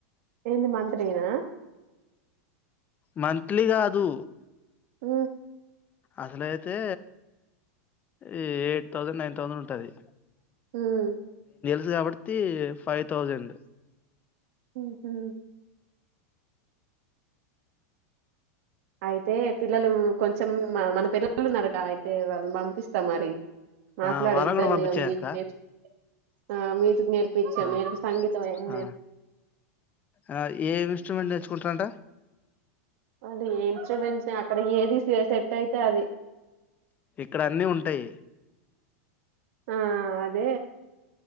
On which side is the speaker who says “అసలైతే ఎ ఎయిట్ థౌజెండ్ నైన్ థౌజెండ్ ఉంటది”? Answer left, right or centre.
Left